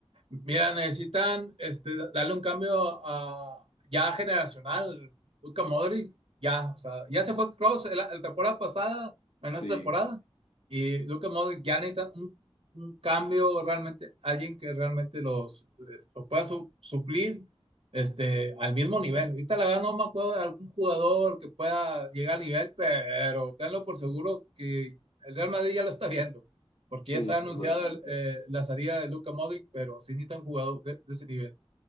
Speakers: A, on the right; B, on the left.
A: Mira, necesitan este, darle un cambio a, ya generacional. Luka Modric, ya, o sea, ya se fue Kroos la, la temporada pasada, menos
B: Sí,
A: esta temporada. Y Luka Modric ya necesitan un, un cambio realmente, alguien que realmente los, eh, lo pueda su- suplir este, al mismo nivel. Ahorita la verdad no me acuerdo de algún jugador que pueda llegar al nivel, pero tenlo por seguro que el Real Madrid ya lo está viendo porque
B: sí,
A: ya está
B: seguramente.
A: anunciada eh, la salida de Luka Modric, pero sí necesitan jugadores de, de, ese nivel.